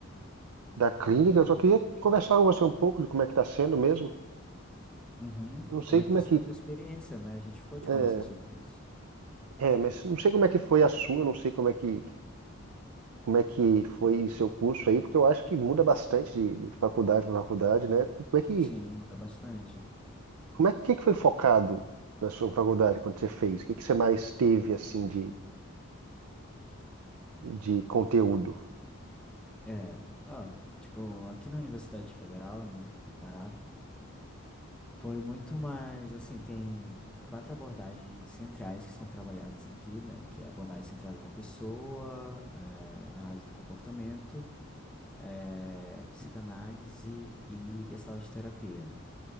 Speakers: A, on the right; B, in the centre.
A: da clínica, eu só queria conversar com você um pouco de como é que tá sendo mesmo.
B: Uhum.
A: Não
B: Como
A: sei
B: é
A: como
B: que tá
A: é
B: sendo
A: que,
B: a tua experiência, né? A gente ficou de
A: é,
B: conversar sobre isso.
A: é, mas não sei como é que foi a sua, não sei como é que, como é que foi seu curso aí, porque eu acho que muda bastante de, de faculdade para faculdade, né? Como é que,
B: Sim, muda bastante.
A: como é que que foi focado na sua faculdade quando você fez? O que que você mais teve, assim, de, de conteúdo?
B: É, ó, tipo, aqui na Universidade Federal, né, do Pará, foi muito mais, assim, tem quatro abordagens centrais que são trabalhadas aqui, né, que é a abordagem centrada na pessoa, eh, análise do comportamento, eh, psicanálise e gestalt terapia.